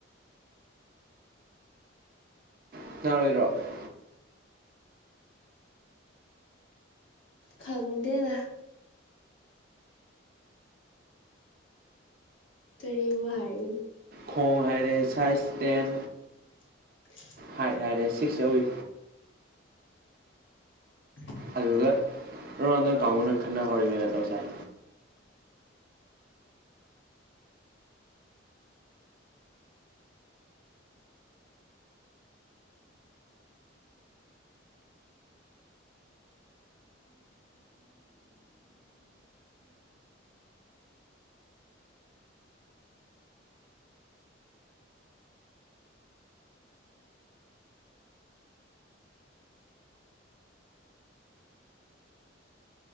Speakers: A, on the right; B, on the left.
A: <inaudible>
B: ꯈꯪꯗꯦꯗꯥ ꯀꯔꯤ ꯍꯥꯏꯔ
A: ꯈꯣꯡ ꯍꯥꯏꯔꯦ ꯁꯥꯏꯖ ꯇꯦꯟ
B: <unintelligible>
A: ꯍꯥꯏꯠ ꯍꯥꯏꯔꯦ ꯁꯤꯛꯁ ꯆꯧꯋꯤ
B: <inaudible>
A: ꯑꯗꯨꯒ ꯔ ꯔꯥꯎꯟꯗꯔ ꯀꯥꯡꯕꯨꯅ ꯈꯠꯅ ꯍꯧꯔꯤꯃꯦꯒ ꯇꯧꯁꯥꯏ